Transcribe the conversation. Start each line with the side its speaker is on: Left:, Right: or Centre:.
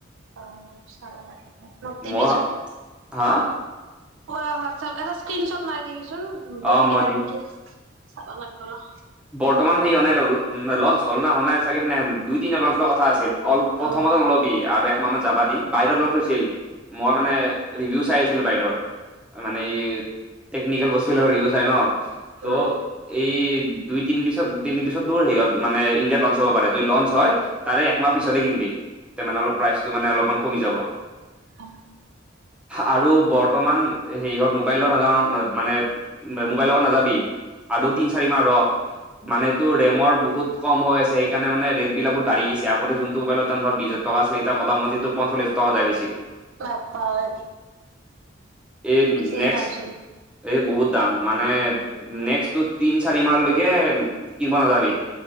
Right: অ' চাহ লাগিছে, প্ৰতিবিচু
Centre: মই হা?
Right: অ' হোৱাটছআপ এটা স্ক্ৰীনশ্বট মাৰি দিবিচোন গ
Centre: অ মই
Right: এয়
Centre: দিম
Right: কি চাব লাগিব ৰ।
Centre: বৰ্তমান হে অনাই ৰ লঞ্চ হ'ল না, হনাই চাগে সেনে দুই তি লঞ্চ হোৱা কথা আছিল। অল প্ৰথমতে
Right: অ
Centre: নলবি, আৰু একমাহ মান যাবা দি। বাহিৰত
Right: অ
Centre: লঞ্চ হৈছিল মই মানে ৰিভিউ চাই ছিলোঁ বাহিৰত, মানে টেকনিকেল বস্তুবিলাকৰ ৰিভিও চাই ন'। ত'
Right: উম
Centre: এই দুই তিন পিছত তিনি পিছত দূৰ হেৰিয়ত মানে ইণ্ডিয়াত লঞ্চ হ'ব পাৰে, যদি লঞ্চ হয় তাৰে একমাহ পিছতে কিনিবি। তে মানে অলপ প্ৰাইচটো মানে অলপমান কমি যাব।
Right: অ'।
Centre: আৰু বৰ্তমান সেৰিহঁত মোবাইলত সাধাৰণ মানে মোবাইল লব নাযাবি। আৰু তিনি চাৰি মাহ ৰ। মানে এইটো ৰেমৰ বহুত কম আছে সেইকাৰণ মানে ৰেট বিলাকো বা, আগতে যোনটো মোবাইলত দাম ধৰ বিজ টকা আছিল এতিয়া মোটামোটি তোৰ পঞ্চল্লিছ হাজাৰ টকা যাই বেছি।
Right: বাপ্পা ঐ
Centre: এই
Right: বেছিয়ে
Centre: নেক্সট,
Right: দামচোন
Centre: এই বহুত দাম, মানে নেক্সট তিন চাৰি মাহলৈকে কিনিব নাযাবি।